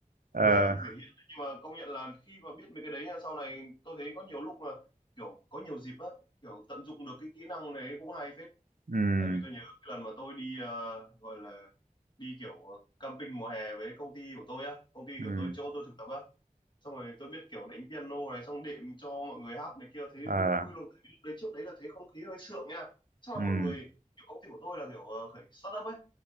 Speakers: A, on the right; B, on the left.
A: Ờ
B: giờ thể hiện đấy. nhưng mà công nhận là khi mà biết mấy cái đấy nha sau này tôi thấy có nhiều lúc là kiểu có nhiều dịp á kiểu tận dụng được cái kỹ năng đấy cũng hay phết
A: ừm,
B: tại vì tôi nhớ cái lần mà tôi đi ờ, gọi là đi kiểu ờ, camping mùa hè với công ty của tôi á công ty
A: ừm,
B: của tôi chỗ tôi thực tập á xong rồi tôi biết kiểu đánh piano này xong đệm cho mọi người hát này kia thấy
A: ờ
B: đúng vui luôn tại vì lúc đấy trước đấy là thấy không khí hơi sượng nha chắc
A: ừm,
B: là mọi người kiểu công ty của tôi là kiểu ờ, khởi start up ấy